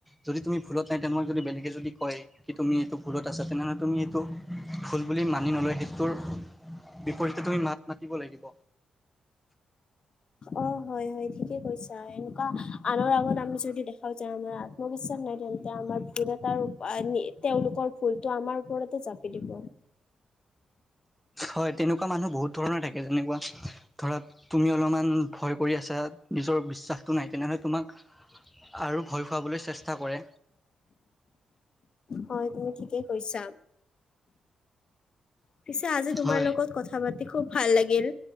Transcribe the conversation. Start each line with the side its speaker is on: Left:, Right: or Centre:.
Centre: যদি তুমি ভুলত নাই তেনেকুৱা যদি বেলেগে যদি। কয় কি তুমি এইটো ভুলত আছা তেনেহলে তুমি এইটো ভুল বুলি মানি নলয় সেইটোৰ- বিপৰীতে তুমি মাত মাতিব লাগিব।
Left: অঁ হঁয় হঁয় হয় ঠিকেই কৈছা এনেকুৱা আনৰ আগত আমি যদি দেখাব যাও আমাৰ- মোৰ বিশ্বাস নাই তেন্তে আমাৰ ভুল এটাৰ তেওঁলোকৰ ভুলটো আমাৰ ওপৰতে জাপি দিব।
Centre: হয়ঁ তেনেকুৱা মানুহ বহুত ধৰণৰ থাকে যেনেকুৱা ধৰক- তুমি অলমান ভয় কৰি আছা নিজৰ বিশ্বাসটো নাই তেনেহ'লে তোমাক। আৰু ভয় খুৱাবলৈ চেষ্টা কৰে।
Left: হয়ঁ তুমি ঠিকেই কৈছা, পিছে আজি তোমাৰ
Centre: হয়
Left: লগত। কথা পাতি খুব ভাল লাগিল